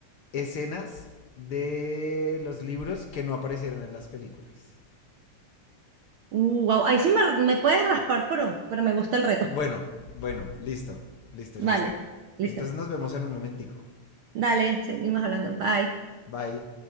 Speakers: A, on the left; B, on the right.
A: escenas de los libros que no aparecieron en las películas?
B: wow, ahí sí me, me puedes raspar, pero, pero me gusta el reto.
A: Bueno, bueno, listo, listo,
B: <laughs>
A: listo.
B: Vale, listo.
A: Entonces nos vemos en un momentico.
B: Dale, seguimos hablando. Bye.
A: Bye.